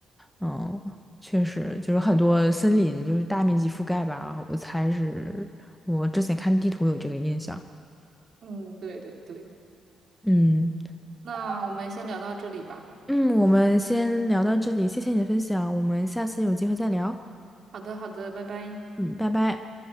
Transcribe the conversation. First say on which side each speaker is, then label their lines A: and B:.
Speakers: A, in the centre; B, on the right.
A: 嗯，确实就是很多森林就是大面积覆盖吧，我猜是我之前看地图有这个印象。
B: <laughs> 嗯，对对对，
A: 嗯
B: 那我们先聊到这里吧。
A: 嗯，我们先聊到这里，谢谢你的分享，我们下次有机会再聊。
B: 好的，好的，拜拜。
A: 嗯，拜拜。